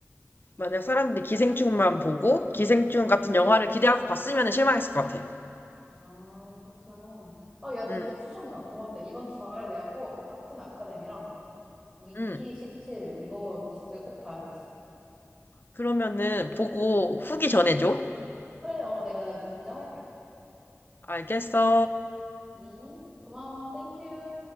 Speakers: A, on the left (about 45°); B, in the centre.
A: 만약 사람들이 기생충만 보고 기생충 같은
B: 음.
A: 영화를 기대하고 봤으면 실망했을 것 같아.
B: 아, 그렇구나. 어, 야, 진짜
A: 음,
B: 추천 가, 고맙다. 이번 주말에 내가 꼭 같은 아카데미랑 미키
A: 음.
B: 17 이거 두 개 꼭 봐야겠어.
A: 그러면은 보고 후기
B: 응.
A: 전해줘.
B: 그래, 어, 내가 내 문자 할게.
A: 알겠어.
B: 음, 고마워, 땡큐.